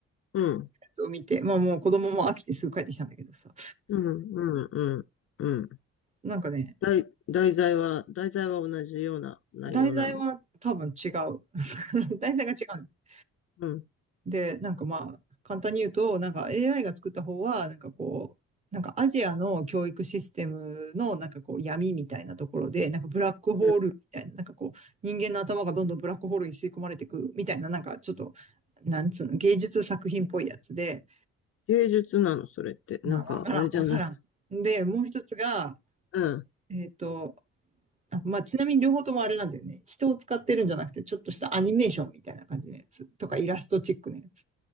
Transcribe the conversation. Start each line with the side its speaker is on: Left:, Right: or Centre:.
Left: うん、
Right: やつを見て、まあ、もう子供も飽きてすぐ帰ってきたんだけどさ。
Left: うん、うん、うん。うん。
Right: なんかね、
Left: 題、題材は、題材は同じような内容なの。
Right: 題材は多分違う。<laughs> 題材が違うんだよ
Left: うん。
Right: で、なんかまあ、簡単に言うと、なんか AI が作った方は、なんかこう、なんかアジアの教育システムのなんかこう闇みたいなところで、なんかブラックホールみたいな、
Left: え
Right: なんかこう人間の頭がどんどんブラックホールに吸い込まれていくみたいな、なんかちょっと、なんつうの、芸術作品っぽいやつで、
Left: 芸術なの、それって。なんか、
Right: まあわからん、
Left: あれじゃない。
Right: わからん。で、もう一つが、
Left: うん。
Right: えっと、あまあちなみに両方ともあれなんだよね。人を使ってるんじゃなくて、ちょっとしたアニメーションみたいな感じのやつとかイラストチックのやつ。